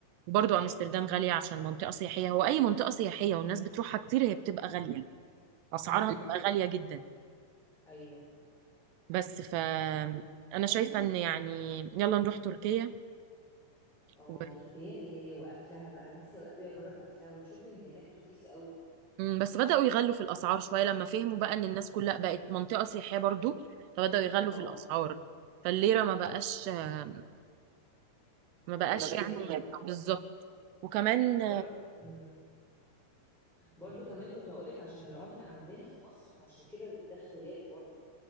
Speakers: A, on the right; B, in the centre.
A: برضو امستردام غالية عشان منطقة سياحية هو اي منطقة سياحية والناس بتروحها كتير هي بتبقى غالية اسعارها
B: امم
A: بتبقى غالية جدا
B: ايوه
A: بس ف
B: ممكن فعلا
A: انا شايفة ان يعني يلا نروح تركيا
B: اه
A: و...
B: تركيا ياه واكلها بقى نفسي قوي اجرب اكلها والشوبينج هناك رخيص قوي
A: مم، بس بدأوا يغلوا في الاسعار شوية لما فهموا بقى ان الناس كلها بقت منطقة سياحية برضو فبدأوا يغلوا
B: اه
A: في الاسعار فالليرة ما بقاش ما ما
B: ما
A: بقاش
B: بقتش
A: بقتش
B: زي
A: يعني
B: الاول
A: غالية. بالظبط وكمان
B: برضه مم. برضو كمان كنت هقولك عشان العملة عندنا في مصر فعشان كده ده اختلاف برضو